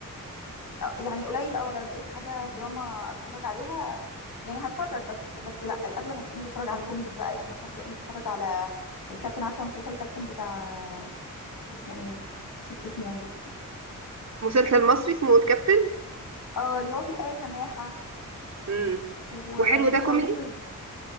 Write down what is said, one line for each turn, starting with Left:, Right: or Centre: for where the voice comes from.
Left: آه، يعني قليل اه لو لقيت حاجة دراما اتفرج عليها يعني هتفرج بس بس لا الاغلب هتلاقيني بتفرج على الكوميدي بقى يعني مثلا تلاقيني بتفرج على الكابتن عارفة مسلسل الكابتن بتاع اسمه ايه نسيت اسمه والله
Right: مسلسل مصري اسمه الكابتن
Left: اه اللي هو فيه آية سماحة
Right: امم
Left: وكان
Right: وحلو
Left: فيه
Right: ده
Left: شارموفرز
Right: كوميدي